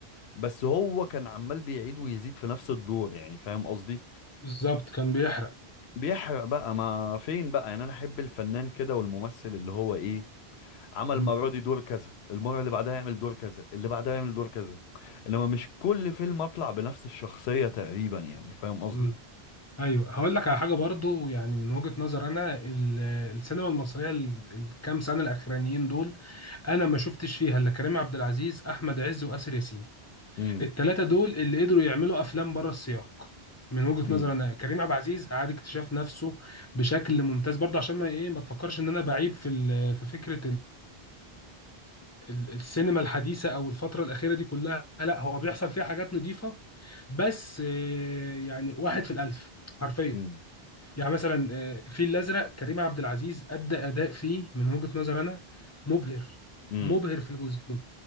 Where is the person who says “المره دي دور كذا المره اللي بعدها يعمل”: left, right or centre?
Left